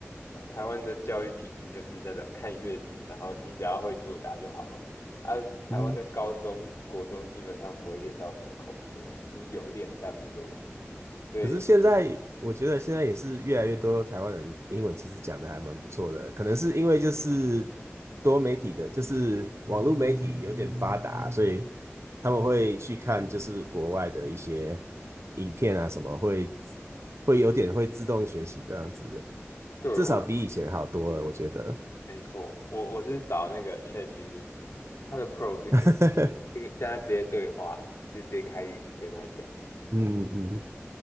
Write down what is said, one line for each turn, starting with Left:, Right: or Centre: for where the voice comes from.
Left: 啊台湾的教育体制就是那种看阅读，然后你只要会作答就好了。啊，台湾的高中、
Right: <laughs> 嗯。
Left: 国中基本上不会练到什么口说，就是有练但不多。对，
Right: 可是现在我觉得现在也是越来越多台湾人英文其实讲的还蛮不错的，可能是因为就是多媒体的，就是网络媒体有点发达，所以他们会去看就是国外的一些影片啊什么，会会有点会自动学习这样子，
Left: 对，
Right: 至少比以前好多了，
Left: 我
Right: 我觉得。
Left: 没错，我我是找那个 ChatGPT，它的 Pro 是可以
Right: <laughs>
Left: 跟跟他直接对话，就直接开语音跟它讲。
Right: 嗯嗯，